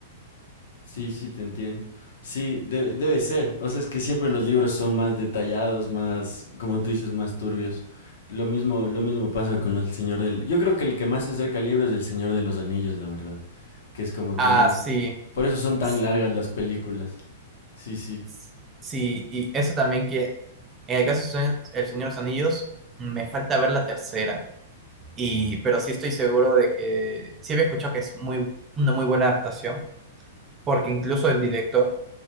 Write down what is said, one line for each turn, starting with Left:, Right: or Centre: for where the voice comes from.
Left: Sí, sí, te entiendo. Sí, debe, debe ser. O sea, es que siempre los libros son más detallados, más, como tú dices, más turbios. Lo mismo, lo mismo pasa con el Señor del... Yo creo que el que más se acerca al libro es el Señor de los Anillos, la verdad. Que es como que
Right: Ah,
Left: más...
Right: sí,
Left: Por eso son tan
Right: s-
Left: largas las películas. Sí, sí.
Right: s- sí, y eso también que en el caso de El Señor de los Anillos me falta ver la tercera, y, pero sí estoy seguro de que sí había escuchado que es muy, una muy buena adaptación, porque incluso el director